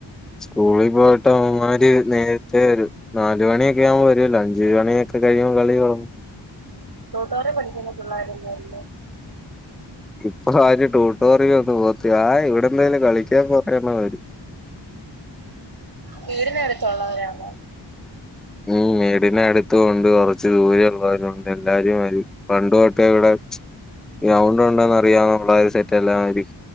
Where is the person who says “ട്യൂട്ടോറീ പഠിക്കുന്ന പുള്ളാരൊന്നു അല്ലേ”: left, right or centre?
Right